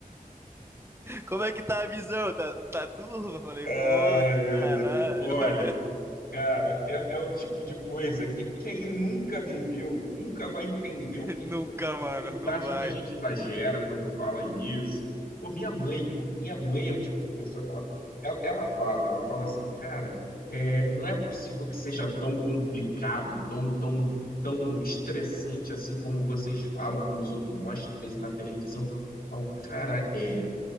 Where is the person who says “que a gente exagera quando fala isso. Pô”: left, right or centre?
Left